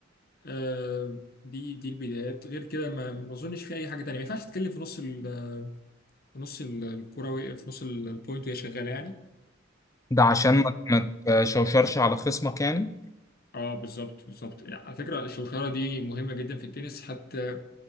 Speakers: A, on the left (about 50°); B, on the left (about 15°).
A: آه، دي دي البدايات غير كده ما ما أظنش في أي حاجة تانية ما ينفعش تتكلم في نص ال- في نص ال- الكرة وهي- في نص ال- البوينت وهي شغالة يعني
B: ده عشان ما ما تشوشرش على خصمك يعني
A: اه بالظبط بالظبط يعني على فكره الشوشره دي مهمه جدا في التنس حتى